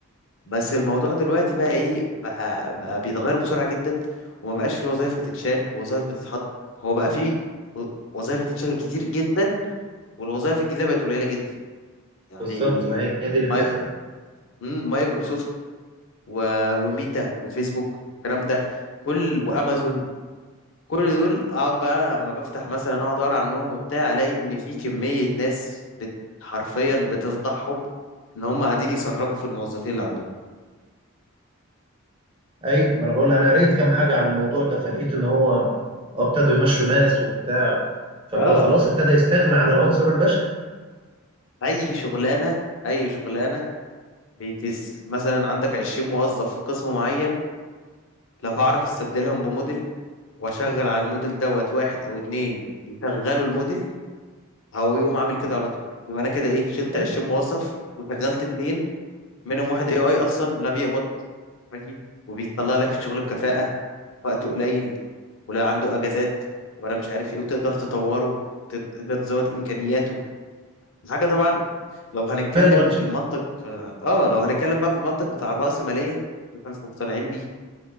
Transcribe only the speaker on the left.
بس الموضوع دلوقتي بقى ايه بقى بقى بيتغير بسرعة جدا وما بقاش في وظائف بتتشال وظائف بتتحط هو بقى في و- وظائف بتتشال كتير جدا والوظائف الجديدة بقت قليلة جدا يعني
ماي...
مم، مايكروسوفت و... وميتا وفيسبوك والكلام ده كل وامازون كل دول اقعد بقى اما بفتح مثلا اقعد اقرا عنهم وبتاع الاقي ان في كمية ناس بت... حرفيا بتفضحهم ان هم قاعدين يسربوا في الموظفين اللي عندهم
اه
اي شغلانه اي شغلانه بتس... مثلا عندك 20 موظف في قسم معين لو هعرف استبدلهم بموديل واشغل على الموديل دوت واحد او اتنين يشغلوا الموديل هو يقوم عامل كده على طول يبقى انا كده ايه شلت
20 موظف وشغلت اتنين منهم واحد اي اي اصلا لا بيقبض ماشي وبيطلع لك الشغل بكفاءه في وقت قليل ولا عنده اجازات ولا مش عارف ايه وتقدر تطوره تقدر تزود امكانياته حاجة طبعا لو هنتكلم
في المنطق اه آه، لو هنتكلم بقى في المنطق بتاع الرأسمالية اللي احنا مش مقتنعين بيه